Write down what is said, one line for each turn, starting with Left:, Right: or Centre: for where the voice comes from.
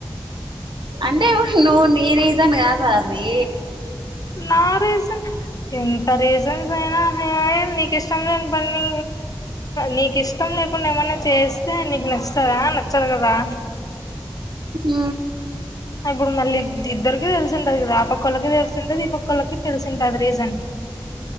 Right: అంటే నువ్వు నీ రీజన్ కాదా అది
Left: నారీజన్ ఎంత రీజన్స్ ఏ రీజన్ హై అయినా నీకు ఇష్టం లేని పని నీకు ఇష్టం లే చెప్పకుండా ఏమన్నా చేస్తే నీకు నచ్చుతదా నచ్చదు కదా
Right: ఉ
Left: ఇప్పుడు మళ్ళీ ఇద్దరిక తెలిసి ఉంటది కదా ఆ పక్కళ్ళకి తెలిసి ఉంటేది ఈ పక్కళ్ళకి తెలిసింటే అది రీజన్